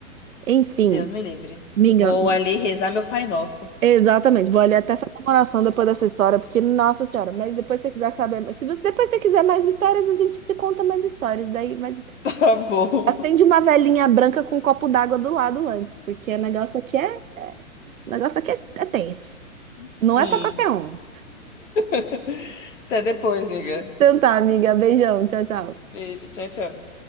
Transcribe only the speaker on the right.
Enfim,
minga,
exatamente. Vou ali até fazer uma oração depois dessa história, porque, nossa senhora, mas depois se você quiser saber, se você depois você quiser mais histórias, a gente te conta mais histórias. Daí, mas
acende uma velhinha branca com um copo d'água do lado antes, porque o negócio aqui é, é- o negócio aqui é é tenso.
Não é pra qualquer um.
Então tá, amiga, beijão, tchau, tchau.